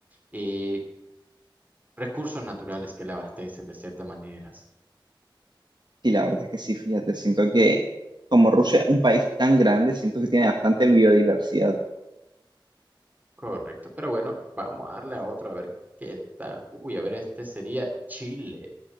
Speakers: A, on the right; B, on the right.
A: eh, recursos naturales que le abastecen de ciertas maneras.
B: Y la verdad es que sí, fíjate, siento que como Rusia es un país tan grande, siento que tiene bastante biodiversidad.
A: Correcto, pero bueno, vamos a darle a otro a ver qué tal. Uy, a ver, este sería Chile,